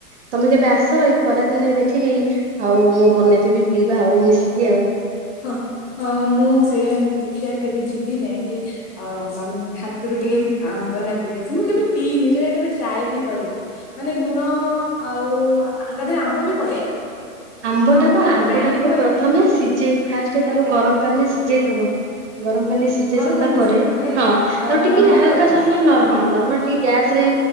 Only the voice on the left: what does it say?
ହଁ ହଁ ମୁଁ ସେଇଆ ଦେଖିବା କେବେ ଯିବି ଯାଇକି ଅ ତମ ହାତୁରୁ ଟିକେ ଆମ୍ପନା ପିଇକି ଆସେ ମୁଁ କେବେ ପିଇନି ସେଟା କେବେ ଟ୍ରାଏ ବି କରିନି। ମାନେ ଲୁଣ ଆଉ ତା ଦେହରେ ଆମ୍ବ ବି ପଡେ।
ଆମ୍ବକୁ
କଣ
ଗ୍ରାଇଣ୍ଡିଙ୍ଗ
କରିକି
ଗରମ
ପାଣିରେ
ସିଝେଇବେ ମାନେ
ନର୍ମାଲ
ଗରମ